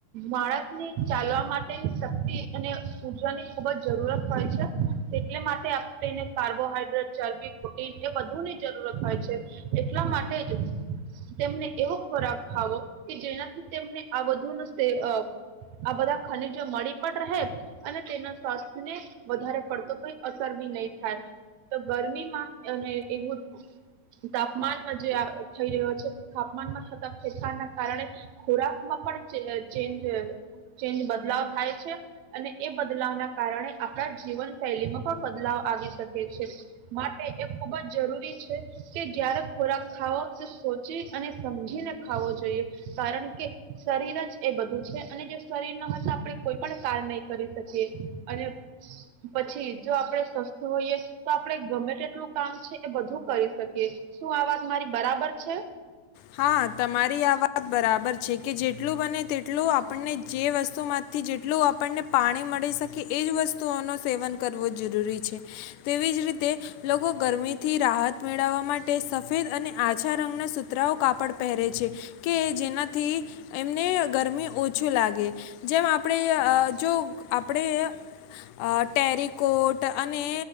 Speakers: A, on the right; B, on the left.
A: માળકને ચાલવા માટેની શક્તિ અને ઉર્જાની ખુબ જ જરૂરત હોય છે, એટલે માટે આપણેને કાર્બોહાઈડ્રેટ ચરબી પ્રોટીન એ બધુની જરૂરત હોય છે, એટલા માટે જ તેમને એવો ખોરાક ખાવો કે જેના ને આ બુ આ બધા ખનીજો મળી પણ રહે અને તેના સ્વાસ્થ્યને વધારે પડતો કઈ અસર બી નહી થાય, તો ગરમીમાં અને એવું તાપમાનમાં જે થઈ રહ્યો છે, તાપમાનમાં થતા ફેફારના કારણે ખોરાકમાં પણ ચેન્જ ચેન્જ બદલાવ થાય છે, અને એ બદલાવના કારણે આપણા જીવન શૈલીમાં પણ બદલાવ આવી શકે છે, માટે એ ખૂબ જ જરૂરી છે, કે જ્યારે ખોરાક ખાવો તે સોચી અને સમજીને ખાવો જોઈએ, કારણ કે શરીર જ એ બધું છે અને જો શરીર ના હોય તો આપણે કોઈ પણ કાર નહી કરી શકીએ, અને પછી જો આપણે સ્વસ્થ હોઈએ, તો આપણે ગમે તેટલું કામ છે એ બધું કરી શકીએ શું આ વાત મારી બરાબર છે?
B: હા તમારી આ વાત બરાબર છે કે જેટલું બને તેટલું આપણને જે વસ્તુમાંથી જેટલું આપણને પાણી મળી શકે એજ વસ્તુઓ ન સેવન કરવું જરૂરી છે, તેવી જ રીતે લોકો ગરમીથી રાહત મેળવવા માટે સફેદ અને આછા રંગના કતરાઓ કાપડ પહેરે છે, કે જેનાથી એમને ગરમી ઓછું લાગે, જેમ આપણે જો આપણે ટેરીકોટ અને